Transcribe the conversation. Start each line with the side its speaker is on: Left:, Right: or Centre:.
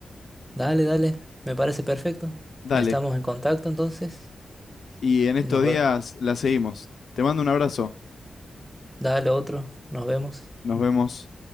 Centre: Dale, dale, me parece perfecto.
Left: Dale.
Centre: Estamos en contacto entonces.
Left: Y en estos
Centre: Y nos,
Left: días
Centre: ve-
Left: la seguimos. Te mando un abrazo.
Centre: dale otro, nos vemos.
Left: Nos vemos.